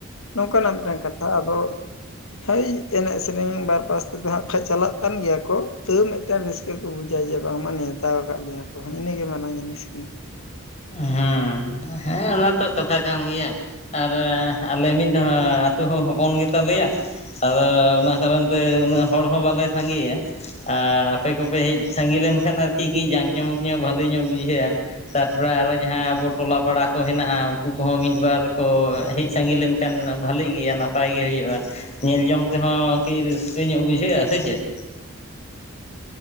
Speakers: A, on the left (about 75°); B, on the left (about 30°).
A: ᱱᱚᱝᱠᱟ ᱱᱟᱜ ᱢᱤᱫᱴᱟᱱ ᱠᱟᱛᱷᱟ ᱟᱫᱚ ᱦᱳᱭ ᱮᱱᱮᱡ ᱥᱮᱨᱮᱧ ᱵᱟᱨᱯᱟᱥ ᱛᱮᱫᱚ ᱦᱟᱸᱜ ᱠᱷᱟᱡ ᱪᱟᱞᱟᱜ ᱠᱟᱱ ᱜᱮᱭᱟ ᱠᱚ ᱛᱟᱣ ᱢᱮᱫ ᱢᱤᱫᱴᱟᱝ ᱨᱟᱹᱥᱠᱟᱹ ᱠᱚ ᱵᱩᱡᱟ ᱡᱮ ᱵᱟᱝᱢᱟ ᱱᱮᱶᱛᱟ ᱟᱠᱟᱫ ᱞᱮᱭᱟ ᱠᱚ ᱦᱚᱸ ᱤᱱᱟᱹᱜ ᱜᱮ ᱢᱟᱨᱟᱝ ᱡᱤᱱᱤᱥ ᱠᱟᱱᱟ
B: ᱦᱩᱸ ᱦᱮᱸ ᱚᱱᱟ ᱛᱚ ᱠᱟᱛᱷᱟ ᱠᱟᱱ ᱜᱮᱭᱟ ᱟᱨ ᱟᱞᱮ ᱢᱤᱫᱷᱟᱣ ᱟᱛᱳ ᱦᱚᱸ ᱦᱚᱯᱚᱱ ᱜᱮ ᱛᱟᱞᱮᱭᱟ ᱥᱟᱫᱚ ᱚᱱᱟ ᱠᱟᱨᱚᱱ ᱛᱮ ᱩᱱᱟᱹᱜ ᱦᱚᱲ ᱦᱚᱸ ᱵᱟᱞᱮ ᱥᱟᱸᱜᱮᱭᱟ ᱟᱨ ᱟᱯᱮ ᱠᱚᱯᱮ ᱦᱮᱡ ᱥᱟᱸᱜᱮ ᱞᱮᱱᱠᱷᱟᱱ ᱟᱨᱠᱤ ᱡᱟᱸᱠ ᱡᱚᱢᱚᱠ ᱧᱚᱜ ᱵᱟᱹᱞᱤ ᱧᱚᱜ ᱵᱩᱡᱷᱟᱹᱜ-ᱟ ᱛᱨᱟ ᱟᱨᱚ ᱡᱟᱦᱟᱸ ᱟᱵᱚ ᱴᱚᱞᱟ ᱯᱟᱲᱟ ᱠᱚ ᱦᱮᱱᱟᱜ-ᱟ ᱩᱱᱠᱩ ᱠᱚᱦᱚ ᱢᱤᱫ ᱵᱟᱨ ᱠᱚ ᱦᱮᱡ ᱥᱟᱸᱜᱮ ᱞᱮᱱᱠᱷᱟᱱ ᱠᱷᱟᱱ ᱵᱟᱹᱞᱤᱜ ᱜᱮᱭᱟ ᱱᱟᱯᱟᱭ ᱜᱮ ᱦᱩᱭᱩᱜ-ᱟ ᱧᱮᱞ ᱡᱚᱝ ᱛᱮᱦᱚᱸ ᱠᱤ ᱨᱟᱹᱥᱠᱟᱹ ᱧᱚᱜ ᱵᱩᱡᱷᱟᱹᱜ-ᱟ ᱥᱮ ᱪᱮᱫ